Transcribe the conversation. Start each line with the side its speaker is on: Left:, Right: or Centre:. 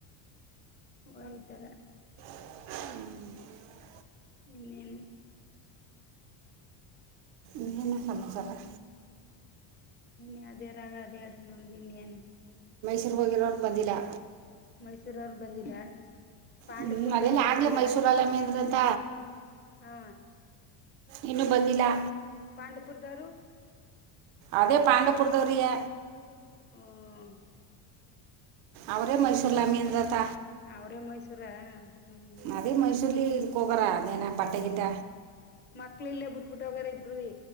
Left: ಹೌತರ.
Right: ಹ್ಮ್.
Left: ಇನ್ನೇನು.
Right: ಇನ ಸಮಾಚಾರ.
Left: ಹ. ದೇರಾಗಾದೇಡು. <unintelligible>
Right: ಚಿರು ಹೋಗಿರೋರು ಬಂದಿಲಾ.
Left: ಮೈಸೂರರು ಬಂದಿಲ್ಲ. ಪಾಂಡಪುರದವರು
Right: ಹ್ಮ ಅದೆಲ್ಲ ಆಗ್ಲಿ
Left: ಬಂದಿಲ್ಲ
Right: ಮೈಸೂರಲ್ಲ ಮ ಅಂದ್ರಂತ.
Left: ಹಾ
Right: ಇನ್ನುೂ ಬಂದಿಲ್ಲ.
Left: ಪಾಂಡಪುರದಾರು.
Right: ಅದೇ ಪಾಂಡಪುರದವರಿಗೆ.
Left: ಹ್ಮ್.
Right: ಅವ್ರೇ ಮೈಸೂರ್ಲ ಮೀನ್ತ್ತ
Left: ಅವ್ರೇ ಮೈಸೂರ ಹ್ಮ್ ಹ್ಮ್
Right: ಅದೇ ಮೈಸೂರ್ಲ್ಲಿ. ಕುಗರ ನೇನ ಬಟ್ಟಗಿಡ.
Left: ಮಕ್ಳ ಇಲ್ಲೇ ಬಿಟ್ಬಿಟ್ಟೋಗಾರ ಇಬರುೂ.